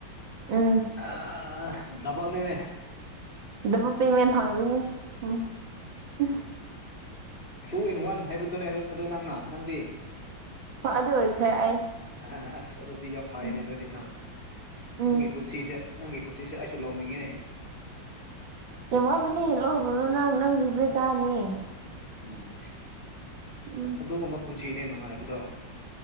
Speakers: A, on the right (about 80°); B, on the left (about 25°).
A: ꯎꯝ
B: ꯑꯥꯥ ꯗꯞ ꯕꯜꯅꯤꯅꯦ
A: ꯗꯕꯨꯛꯇ ꯍꯨꯌꯦꯟ <unintelligible> ꯊꯥꯒꯠꯂꯅꯤ ꯎꯝ ꯑ <unintelligible>
B: ꯇꯨ ꯏꯟ ꯋꯥꯟ ꯍꯥꯏꯕꯗꯨꯅꯦ ꯑꯗꯨ ꯅꯪꯅ ꯅꯪꯗꯤ
A: ꯑꯗꯨ ꯑꯣꯏꯈ꯭ꯔꯦ ꯑꯩ
B: ꯑ ꯑꯁ ꯑꯗꯨꯗꯤ ꯌꯥꯝ ꯐꯥꯏꯅꯦ
A: ꯎꯝ
B: ꯑꯗꯨꯗꯤ ꯅꯪ
A: ꯎꯝ
B: ꯅꯪꯒꯤ ꯄꯨꯟꯁꯤꯁꯦ ꯅꯪꯒꯤ ꯄꯨꯟꯁꯤꯁꯦ ꯑꯩꯁꯨ ꯂꯧꯅꯤꯡꯉꯦꯅꯦ
A: ꯇꯧꯋꯥꯕꯨꯅꯤ <unintelligible> ꯂꯧꯔꯨꯅꯨ ꯅꯪ ꯅꯪ ꯔꯤꯒ꯭ꯔꯦꯠ ꯆꯥꯅꯤ
B: ꯎꯝ
A: ꯎꯝ
B: ꯑꯗꯨꯒꯨꯝꯕ ꯄꯨꯟꯁꯤꯅꯦ ꯅꯨꯡꯉꯥꯏꯕꯗꯣ